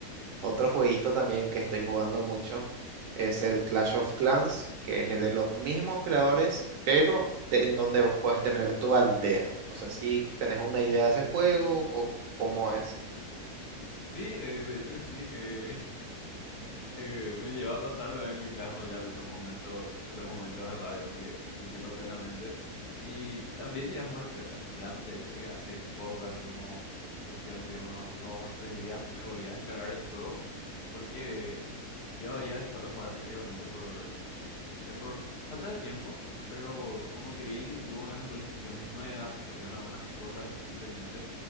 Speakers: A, on the right; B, on the left.
A: Otro jueguito también que estoy jugando mucho es el Clash of Clans, que es de los mismos creadores, pero de- en donde vos podés tener tu aldea. No sé si tenés una idea de ese juego o cómo es.
B: Sí, eh, de hecho que sí. eh, eh, me lleva a pasar también en el Clash Royale esos momentos, esos momentos de rabia, así que te entiendo plenamente. Y también llegué a jugar Clash of Clans, de hecho que hace poco, hace como cuestión de unos dos o tres días, me volví a descargar el juego porque yo había dejado de jugar anteriormente por, eh, por falta de tiempo, pero como que vi que tuvo unas actualizaciones nuevas, que cambiaron algunas cosas recientemente,